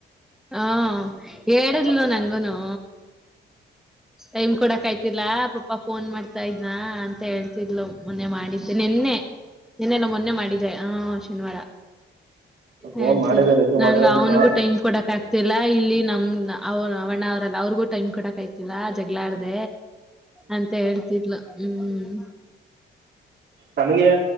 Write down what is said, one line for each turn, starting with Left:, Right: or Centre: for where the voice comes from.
Centre: ಹಾ ಅಳಿರ್ನಿಲ್ವಾ
Right: ಆರಾಮ
Centre: ನಂಗುನು. ಟೈಮ್ ಕೊಡಕ್ಯ್ತಿಲ್ಲಾ ಪಾಪ ಫೋನ್ ಮಾಡ್ತಾ ಇದ್ನ ಅಂತ ಹೇಳ್ತಿದ್ಲು ಮೊನ್ನೆ ಮಾಡಿದ್ದೆ ನಿೆನ್ನೆ. ಇನ್ನೆಲ್ಲ ಮೊನ್ನೆ ಮಾಡಿದ್ದೆ ಹಾ ಶನಿವಾರ.
Right: ಫೋನ್
Centre: ಹೇಳ್ತಿದ್ಲು
Right: ಮಾಡಿದೆ ರಿಸೀವ್
Centre: ನಂಗ್
Right: ಮಾಡಿಲ್ಲ
Centre: ಅವನಿಗೂ
Right: ಸುಮ್ಮ
Centre: ಟೈಮ್ ಕೊಡಕ್ ಆಗ್ತ. ಇತ್ತಲ್ಲಾ ಇಲ್ಲಿ ನಮ್ ಅವ ಅವಣ್ಣ ಅವ್ರಲ್ಲ ಅವ್ರಿಗೂ ಟೈಮ್ ಕೊಡಕ ಆಯ್ತಿಲ್ಲ ಜಗಳಾ ಆಡ್ದ. ಅಂತ ಹೇಳ್ತಿದಲ ಹ್ಮ್.
Right: ನನ್ಗೆ